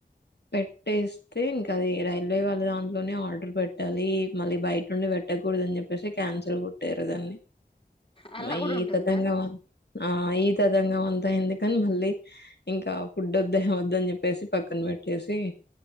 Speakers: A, on the left; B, on the left.
A: పెట్టేస్తే ఇంకది రైల్వే వాళ్ళ దాంట్లోనే ఆర్డర్ పెట్టాలి మళ్ళీ బయట నుండి పెట్టకూడదు అని చెప్పేసి క్యాన్సిల్ కొట్టేరు దాన్ని
B: అలా
A: మై
B: కూడా ఉంటుందా
A: తతంగమా ఈ తతంగమంతా ఎందుకని మళ్ళీ ఇంకా ఫుడ్ ఒద్దు ఏం ఒద్దు అని చెప్పేసి పక్కన పెట్ టేసి